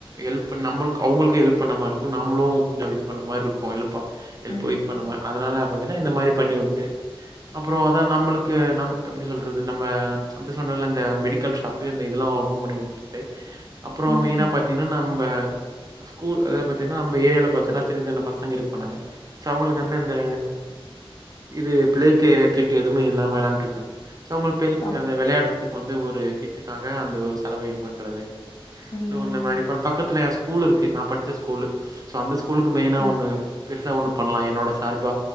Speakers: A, on the right; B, on the left.
A: ஹெல்ப் இப்ப நம்பல் க்கு அவங்கள்க்கு ஹெல்ப் பண்ண மாரிருக்கு நாம்ளு கொஞ்சோ இது பண்ண மாரிருக்கு ஹெல்ப்பா எல்ப்போ
B: ம்.
A: இது பண்ண மா அதனால பாத்தினா இந்த மாரி பண்ணி உட்டு அப்றோ அதா நம்ளுக்கு நம் எப்டி சொல்றது நம்ம அத் சொன் னல இந்த மெடிக்கல் ஷாப்பு இந்த இதெல்லா ஓப்பன் பண்ணி உட்ருட்டு அப்றோ
B: ம்,
A: மெயினா
B: ம்.
A: பாத்தீனா நம்ம ஸ்கூல் அத பத் ன்னா நம ஏரியால பாத்தீனா சின்ன சின்ன பசங்க இருப்பானுங்க சோ அவுங்களுக்கு வந்து அந்த இது ப்ளே கே கிட்டு எதுமே இல்லாம வெள்ளாண்ட்ருக்காங்க சோ அவுங்க ப்ளே <unintelligible>
B: ஆமா.
A: அந்த வெளயாட்றத்துக்கு வந்து ஒரு கிட்டுக்காக அந்த ஒரு செலவயு பண்றது
B: ம்.
A: சோ அந்த மாரி ப பக்கத்துல ஏன் ஸ்கூல் ருக்கு நா படிச்ச ஸ்கூலு சோ அந்த ஸ்கூலுக்கு மெயினா
B: ம்.
A: ஒன்னு பெருசா ஒன்னு பண்லா என்னோட சார்பா